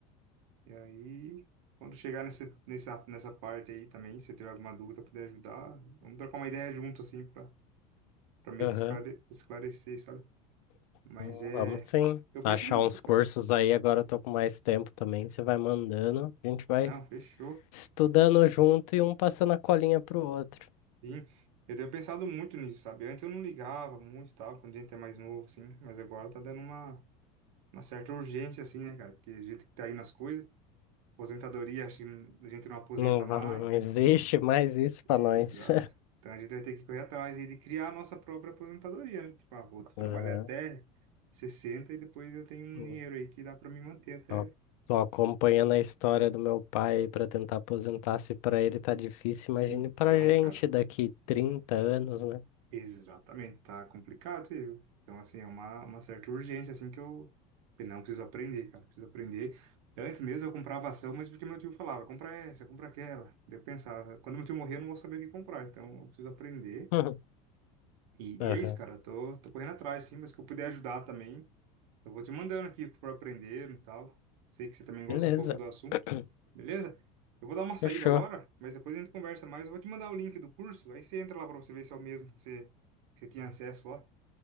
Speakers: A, on the right; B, on the left.
A: E aí, quando chegar nesse, nessa, nessa parte aí também, se tiver alguma dúvida, puder ajudar, vamos trocar uma ideia junto, assim, pra, pra meio
B: Aham.
A: que esclare- esclarecer, sabe? Mas
B: Então,
A: é.
B: vamos sim.
A: Eu
B: Se
A: penso
B: achar
A: muito,
B: uns cursos
A: cara.
B: aí, agora eu tô com mais tempo também, você vai mandando, a gente vai
A: Não, fechou.
B: estudando junto e um passando a colinha pro outro.
A: Sim, eu tenho pensado muito nisso, sabe? Antes eu não ligava muito e tal, quando a gente é mais novo, assim, mas agora tá dando uma, uma certa urgência, assim, né, cara? Porque a gente que tá aí nas coisas, aposentadoria, acho que a gente não aposenta
B: Não, va-
A: mais.
B: não existe mais isso
A: Exato.
B: pra nós.
A: Então a gente vai ter que correr atrás aí de criar a nossa própria aposentadoria, né? Tipo, ah, vou trabalhar
B: <laughs>
A: até 60 e depois eu tenho um
B: Aham.
A: dinheiro aí que dá pra me manter até.
B: Tô, tô acompanhando a história do meu pai para tentar aposentar. Se para ele tá difícil, imagine
A: Então,
B: pra gente
A: cara.
B: daqui 30 anos, né?
A: Exatamente, tá complicado, você viu? Então, assim, é uma, uma certa urgência, assim, que eu falei, não preciso aprender, cara, preciso aprender. Antes mesmo eu comprava ação, mas porque meu tio falava, compra essa, compra aquela. Daí eu pensava, quando meu tio morrer, eu não vou saber o que comprar, então eu preciso aprender.
B: <laughs>
A: E,
B: Aham.
A: e é isso, cara. Tô, tô correndo atrás, sim, mas que eu puder ajudar também. Eu vou te mandando aqui o que for aprender e tal. Sei que você também gosta
B: Beleza,
A: um pouco do assunto,
B: <clears throat>
A: beleza? Eu vou dar uma saída
B: fechou.
A: agora, mas depois a gente conversa mais. Eu vou te mandar o link do curso, aí você entra lá pra você ver se é o mesmo que você, que você tinha acesso lá.